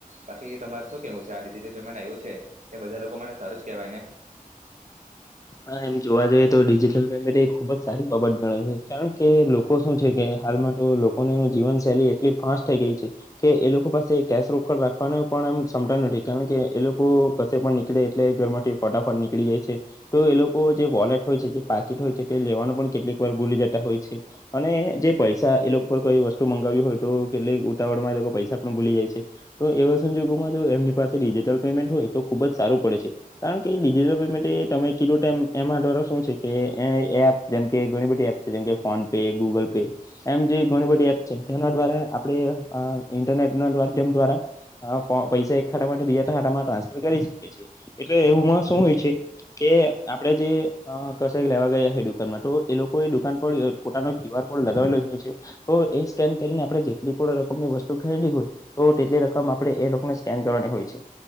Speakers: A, on the right; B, on the left.
A: બાકી તમારે શું કેવું છે? આ ડિજિટલ પેમેન્ટ આવ્યું છે, તે બધા લોકો માટે સારું જ કેહેવાય ને?
B: હા, એમ જોવા જઈએ તો ડિજિટલ પેમેન્ટ એ ખુબ જ સારી બાબત ગણાય છે, કારણ કે લોકો શું છે કે. હાલમાં તો લોકોની જીવન શૈલી એટલી ફાસ્ટ થઈ ગઈ છે કે એ લોકો પાસે કેશ રોકડ રાખવાનો પણ એમ સંમતા નથી, કારણ કે એ લોકો કશે પણ નીકળે, એટલે ઘર માંથી ફટાફટ નીકળી જાય છે. તો એ લોકો જે વોલેટ હોય છે, જે પાકીટ હોય છે, તે લેવાનું પણ કેટલીક વાર ભૂલી જતા હોય છે અને જે પૈસા એ લોકો પર કોઈ વસ્તુ મંગાવી હોય, તો કેટલીક ઉતાવળમાં એ લોકો પૈસા પણ ભૂલી જાય છે. તો એવા સંજોગોમાં, જો એમની પાસે ડિજિટલ પેમેન્ટ હોય, તો ખૂબ જ સારું પડે છે, કારણ કે ડિજિટલ પેમેન્ટ એ તમે શું છે કે એપ, જેમ કે બધી એપ છે, જેમ ફોન પે, ગૂગલ પે, એમ જેણી બધી એપ છે, તેના દ્વારા આપણે ઇન્ટરનેટ ના માધ્યમ દ્વારા પૈસા એક ખાતામાં બીજા ખાતામાં ટ્રાન્સફર કરી શકી છીએ. એટલે એપમાં શું હોય છે કે આપણેે જે કેશ લેવા ગયા છે દુકાનમાં, તો એ લોકોએ દુકાન પર પોતાનો ક્યુ આર કોડ લગાવેલો જ હોય છે. તો એ સ્કેન કરીને, આપણે જેટલી પણ રકમની વસ્તુ ખરીદી હોય, તો તેટલી રકમ આપણે એ લોકોને સ્કેન કરવાની હોય છે,